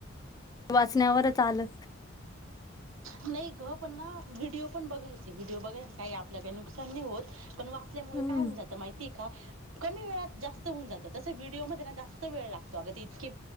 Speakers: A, on the left; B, on the right.
A: वाचण्यावरच आलं
B: नाही ग पण ना व्हिडिओ पण बघायचे. व्हिडिओ बघाय काही आपलं काही नुकसान नाही होत. पण वाचल्यामुळे
A: हम्म
B: काय होऊन जातं माहितीय का? कमी वेळेत जास्त होऊन जात. तसं व्हिडिओमध्ये ना जास्त वेळ लागतो. अगं ते इतके